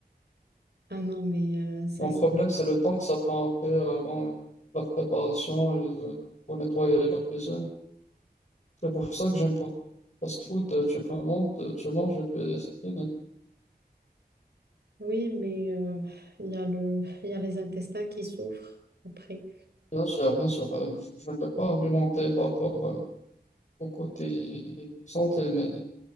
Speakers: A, on the right; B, on the left.
A: Ah non, mais euh, ça,
B: Mon
A: c'est...
B: problème, c'est le temps que ça prend après, avant euh, la préparation, euh, pour nettoyer la cuisine. C'est pour ça que j'aime pas. Fast food, euh, tu commandes, euh, tu manges et puis c'est fini.
A: Oui, mais euh, il y a le... il y a les intestins qui souffrent après.
B: Bien sûr, bien sûr. euh, je je ne vais pas argumenter par rapport euh, au côté santé, mais